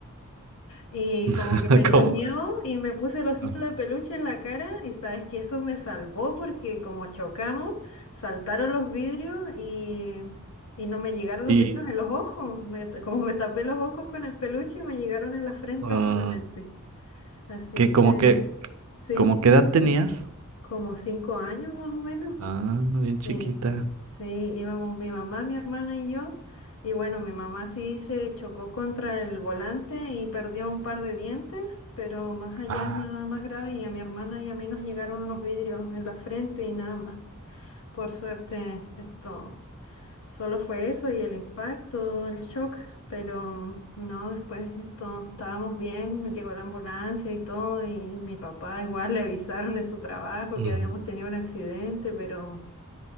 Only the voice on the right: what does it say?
<laughs>
Como,
ah,
y
ah,
que
como que
como qué edad tenías?
Ah, bien chiquita.
Ah.
ujú.